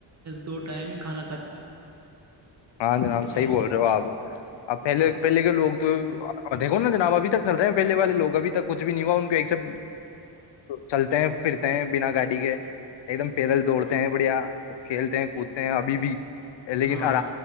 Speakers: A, on the right; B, on the left.
A: دو ٹائم ہی کھانا کھاتے ہیں
B: ہاں جناب
A: یہ
B: صحیح
A: سب سے۔
B: بول رہے ہو اپ اب
A: ہاں
B: پہلے پہلے کے لوگ تو جناب ابھی تک چل رہے ہیں پہلے والے لوگ ابھی تک کچھ بھی نہیں ہوا ان کا ایک سے چلتے ہیں پھرتے ہیں بنا گاڑی کے ایک دم پیدل دوڑتے ہیں بڑھیا کھیلتے ہیں کودتے ہیں ابھی بھی لیکن
A: ہاں